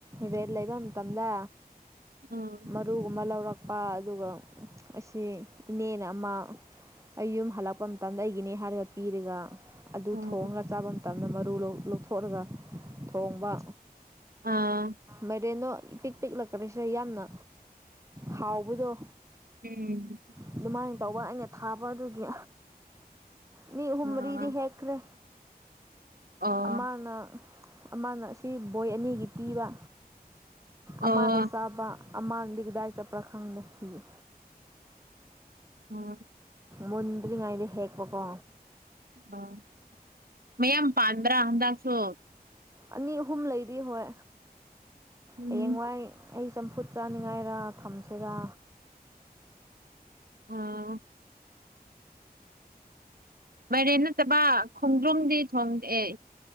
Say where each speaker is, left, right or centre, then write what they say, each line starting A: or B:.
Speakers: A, on the right; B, on the right.
A: ꯔꯦꯜ ꯂꯩꯕ ꯃꯇꯝꯗ
B: ꯎꯝ
A: ꯃꯔꯨꯒꯨꯝꯕ ꯂꯧꯔꯛꯄ ꯑꯗꯨꯒ ꯑꯁꯤ ꯏꯅꯦꯅ ꯑꯃ ꯑꯩ ꯌꯨꯝ ꯍꯜꯂꯛꯄ ꯃꯇꯝꯗ ꯑꯩꯒꯤꯅꯦ ꯍꯥꯏꯔꯒ ꯄꯤꯔꯒ ꯑꯗꯨ
B: ꯎꯝ
A: ꯊꯣꯡꯔꯥ ꯆꯥꯕ ꯃꯇꯝꯗ ꯃꯔꯨ ꯂꯧ ꯂꯧꯊꯣꯛꯔꯒ ꯊꯣꯡꯕ
B: ꯑꯥ
A: ꯃꯔꯦꯟꯗꯣ ꯏ ꯄꯤꯛ ꯄꯤꯛꯂꯥ ꯀꯔꯤꯁꯨ ꯌꯥꯝꯅ ꯍꯥꯎꯕꯗꯣ
B: ꯎꯝ
A: ꯑꯗꯨꯃꯥꯏꯅ ꯇꯧꯕ ꯑꯩꯅ ꯊꯥꯕ ꯑꯗꯨꯒꯤ ꯃꯤ ꯑꯍꯨꯝ
B: ꯑ
A: ꯃꯔꯤꯗꯤ ꯍꯦꯛ ꯀꯦ
B: ꯑꯣ
A: ꯑꯃꯅ ꯑꯃꯅ ꯑꯁꯤ ꯕꯣꯏ ꯑꯅꯤꯒꯤ ꯄꯤꯕ
B: ꯑꯣ
A: ꯑꯃꯅ ꯆꯥꯕ ꯑꯃꯥꯟꯗꯤ ꯀꯗꯥꯏ ꯆꯠꯄ꯭ꯔꯥ ꯈꯪꯗꯦ ꯍꯤꯒꯦ
B: ꯑꯣ
A: ꯃꯨꯟꯗ꯭ꯔꯤꯉꯩꯗ ꯍꯦꯛꯄ ꯀꯣ
B: ꯑꯣ ꯃꯌꯥꯝ ꯄꯥꯟꯕ꯭ꯔꯥ ꯍꯟꯗꯛꯁꯨ
A: ꯑꯅꯤ ꯑꯍꯨꯝ ꯂꯩꯔꯤ ꯍꯣꯏ
B: ꯎꯝ
A: ꯍꯌꯦꯡꯋꯥꯏ ꯑꯩ ꯆꯝꯐꯨꯠ ꯆꯥꯅꯤꯡꯉꯥꯏꯔ ꯊꯝꯁꯤꯔꯥ
B: ꯎꯝ ꯃꯥꯏꯔꯦꯟ ꯅꯠꯇꯕ ꯈꯣꯡꯗ꯭ꯔꯨꯝꯗꯤ ꯊꯣꯡ ꯑꯦ